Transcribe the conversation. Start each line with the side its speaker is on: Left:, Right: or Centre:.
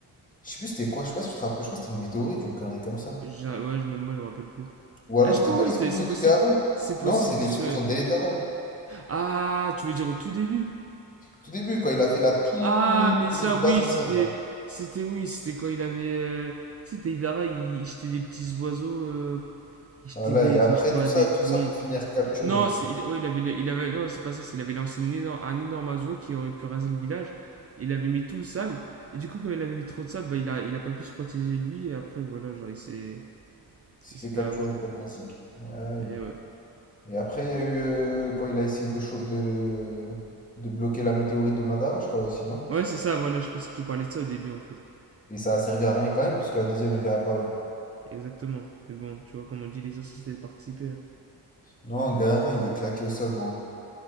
Left: Je sais plus c'était quoi, je sais pas si tu te rappelles, je crois que c'était une météorite, une connerie comme ça.
Right: J'ai- Ouais, je, même moi, je me rappelle plus.
Left: Ou alors
Right: Ah, je
Left: c'était
Right: crois,
Left: pas
Right: ouais,
Left: l'explosion
Right: c'était- c'est possible.
Left: de Gaara?
Right: C'est possible
Left: Non, c'est
Right: que
Left: l'explosion
Right: ce.
Left: d'Aedara.
Right: Ah, tu veux dire au tout début?
Left: Tout début quand il a fait la toute
Right: Ah, mais
Left: grosse
Right: ça,
Left: base
Right: oui,
Left: en
Right: c'était.
Left: sable là.
Right: C'était, oui, c'était quand il avait. euh, Tu sais, Deidara, il, il jetait des petits oiseaux. euh, Il jetait
Left: Voilà
Right: des,
Left: et après
Right: des- je sais pas,
Left: tout ça,
Right: des bombes.
Left: tout ça pour finir capturé
Right: Non,
Left: quoi.
Right: c'est, il, ouais, il avait, il avait. Non, c'est pas ça, c'est il avait lancé une énorme- un énorme oiseau qui aurait pu raser le village. Il avait mis tout le sable. Et du coup, comme il avait mis trop de sable, bah, il a, il a pas pu se protéger lui. Et après, voilà, genre, il s'est.
Left: Il s'est
Right: Il s'est
Left: fait
Right: fait
Left: capturer
Right: avoir.
Left: comme Mazig. Ouais.
Right: Et ouais.
Left: Et après, il y
Right: Et-
Left: a eu euh, quand il a essayé de, cho- de, de bloquer la météorite de Madara, je crois aussi, non?
Right: Ouais, c'est ça, voilà, je pense que tu parlais de ça au début, en fait.
Left: Et ça a servi à rien quand même, parce que la deuxième, elle est apparue.
Right: Exactement. Mais bon, tu vois, comme on dit, l'essentiel c'est de participer. hein.
Left: Non, Gaara, il est claqué au sol, gros.